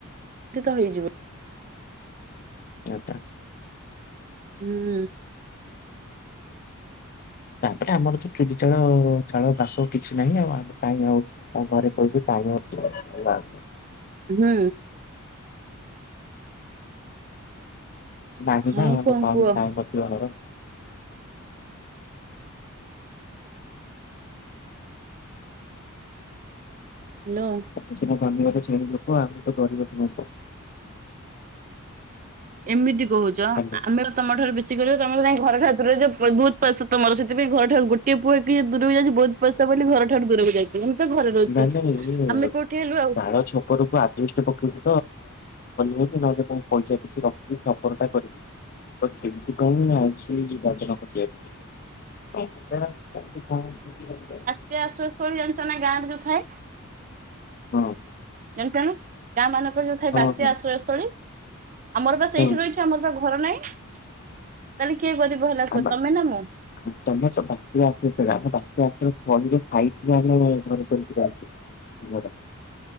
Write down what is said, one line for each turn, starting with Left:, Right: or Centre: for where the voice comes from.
Right: ତିତ ହେଇଯିବ।
Left: <unintelligible>
Right: ହୁଁ।
Left: ତାପରେ ଆମର ତ <unintelligible> କିଛି ନାହିଁ ଆଉ ଆମେ କାଇଁ ଆଉ ଆଉ ଘରେ କୋଉଠି <unintelligible>
Right: ହୁଁ।
Left: <unintelligible>
Right: ଆଉ କଣ କୁହ
Left: ଘର।
Right: ହାଲୋ।
Left: ତମେ ସିନା ଧନୀ <unintelligible> ଶ୍ରେଣୀ ଲୋକୋ ଆମେ ତ ଗରିବ <unintelligible>
Right: ଏମିତି କୋହୁଚ
Left: ହ୍ୟାଲୋ
Right: ଆମେ ତମ ଠାରୁ ବେଶୀ ଗରିବ ତମର କାଇଁ ଘର ଠାରୁ ଦୂରରେ ଯୋଉ ପ ବୋହୁତ ପଇସା <unintelligible> ଥିପାଇଁ ଘର ଠାରୁ ଗୋଟିଏ ପୁଅ ହେଇକି ଯଦି ଦୂରକୁ ଯାଇଛି ବୋହୁତ ପଇସା ବୋଲି ଘର ଠାରୁ ଦୂରକୁ ଯାଇ ମୁଁ ତ ଘରେ <unintelligible>
Left: ନାଇଁ ନାଇଁ ଇଏ
Right: ଆମେ କୋଉଠି ହେଲୁ ଆଉ।
Left: <unintelligible> <unintelligible> ଚାଳ ଛପର କରିବି ବୋଲି <unintelligible> ଛପରଟା କରିବି। <unintelligible> <unintelligible>
Right: ତ୍ୟା ଆଶ୍ରୟ ସ୍ଥଳୀ ଜାଣିଚ ନା ଗାଁରେ ଯୋଉ ଥାଏ।
Left: ହଁ।
Right: ଣ କଣ ଗାଁ ମାନଙ୍କରେ ଯୋଉ ଥାଏ
Left: ହଁ
Right: ବାତ୍ୟା ଆଶ୍ରୟସ୍ଥଳୀ। ଆମର ପା
Left: ହଁ
Right: ସେଇଠି ରହିଛି ଆମର ପା ଘର ନାହିଁ ତାହେଲେ କିଏ ଗରିବ ହେଲା
Left: ଆମ
Right: କୁହ ତମେ ନା ମୁଁ।
Left: <inaudible> <inaudible>